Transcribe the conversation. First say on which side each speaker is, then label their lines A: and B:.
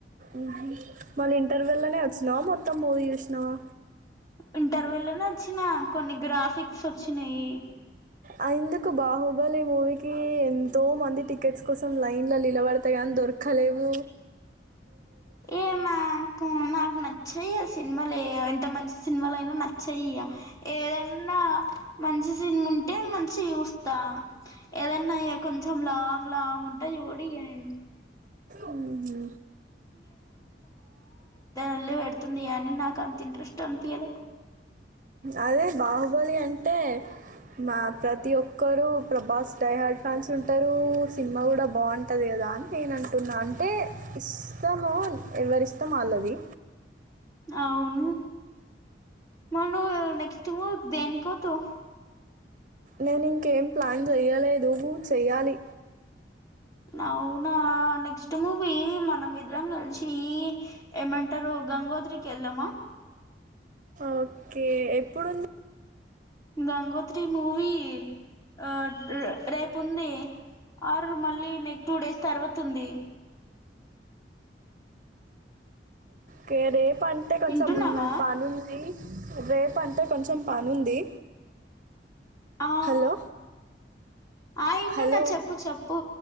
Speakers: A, on the right; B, on the left.
A: ఊహు మళ్ళీ ఇంటర్వల్లనే వచ్చినవా మొత్తం మూవీ చూశినవా.
B: ఇంటర్వల్లనే వచ్చినా కొన్ని గ్రాఫిక్స్ వచ్చినయీ.
A: ఆ ఎందుకు బాహుబలి మూవీకీ ఎంతో మంది టికెట్స్ కోసం లైన్ లో నిలబడితే గానీ దొరకలేవూ.
B: ఏ మాం కూ నాకు నచ్చి హే ఆ సినిమాలే ఎంత మంచి సినిమలయినా నచ్చయీ ఇగ. ఏదన్నా మంచి సినిముంటే మంచిగ చూస్తా. ఏదన్నా ఇగ కొంచెం లాంగ్ లాంగ్ ఉంటే చూడిగ నేన్.
A: ఊహు
B: మళ్ళీ పెడుతుంది గానీ నాక్ అంత ఇంట్రెస్ట్ అనిపీయలే.
A: అదే బాహుబలి అంటే, మా ప్రతి ఒక్కరూ ప్రభాస్ డై హార్డ్ ఫ్యాన్స్ ఉంటరూ, సినిమా గూడా బాగుంటది కదా అని నేను అంటున్నా. అంటే, ఇష్టమూ ఎవరి ఇష్టం వాళ్ళది.
B: అవును. మరి నువ్వూ నెక్స్ట్ మూవీక్ దేనికి పోతవ్.
A: నేను ఇంకేం ప్లాన్ చెయ్యలేదూ చెయ్యాలి.
B: అవునా నెక్స్ట్ మూవీ మనం ఇద్రం కలిశీ ఏమంటరూ గంగోత్రికి వెళ్దామా.
A: ఓకే ఎప్పుడుం
B: గంగోత్రి మూవీ ఆ రేపు ఉంది ఆర్ మళ్ళీ నెక్స్ట్ టూ డేస్ తర్వాత ఉందీ.
A: కే రేప్ అంటే కొంచెం
B: వింటున్నావా
A: పనుందీ. రేప్ అంటే కొంచెం పనుంది.
B: ఆ
A: హలో
B: ఆ వింటున్నా
A: హలో
B: చెప్పు చెప్పు